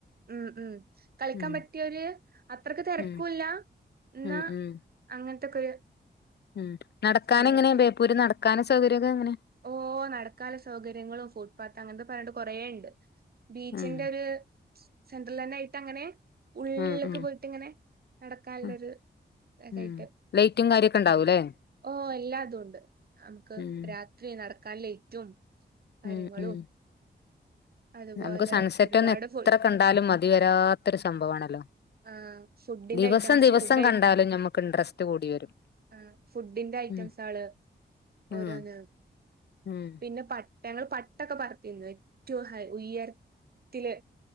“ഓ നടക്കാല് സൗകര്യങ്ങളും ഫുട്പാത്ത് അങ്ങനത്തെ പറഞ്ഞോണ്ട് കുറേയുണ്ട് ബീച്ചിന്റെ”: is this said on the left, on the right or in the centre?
Right